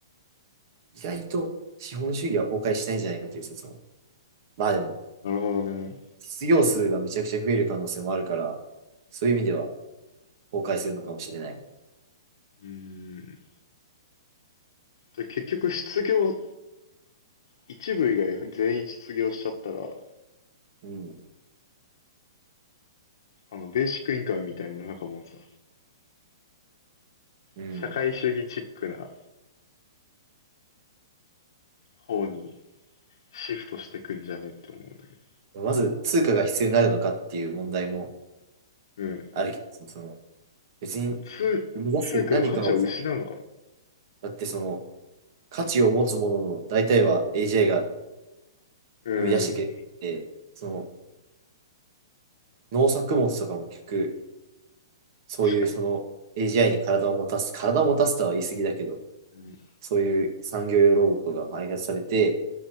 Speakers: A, on the right; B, on the left.
A: 意外と資本主義は崩壊しないんじゃないかという説も。まあでも、
B: なるほどね。
A: 失業数がめちゃくちゃ増える可能性もあるから、そういう意味では崩壊するのかもしれない。
B: うーん。で結局失業、一部以外全員失業しちゃったら、
A: うん。
B: あの、ベーシックインカムみたいなのなんかもうさ、
A: うん。
B: 社会主義チックな方にシフトしてくんじゃねって思うんだけど。
A: うん、まず、通貨が必要になるのかっていう問題も
B: うん。
A: あるけど、その別に
B: 通、
A: 生み出す何かをさ、
B: 通貨の価値を失うのかな
A: だってその価値を持つものの大体は AGI が
B: うん。
A: 生み出してくれて、その農作物とかも結局、そういうその
B: 確かにね。
A: AGI に体を持たす、体を持たすとは言い過ぎだけど、
B: うん。
A: そういう産業用ロボットが開発されて、